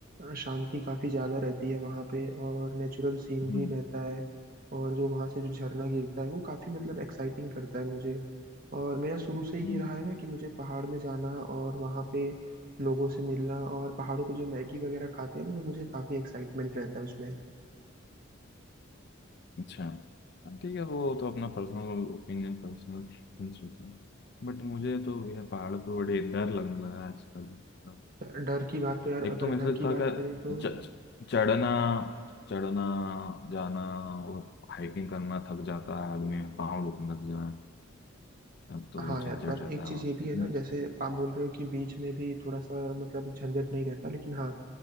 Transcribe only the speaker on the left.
हम्म
हम्म।
अच्छा हाँ, ठीक है वो तो अपना personal opinion personal preference But मुझे तो यह पहाड़ पे बड़े डर लगने लगा है आजकल
एक
तो मेरे
साथ
था
कि
च- च- चढ़ना चढ़ना जाना और हाइकिंग करना थक जाता है आदमी पाँव दुखने लग जाए अब तो
वो झंझट
रहता
है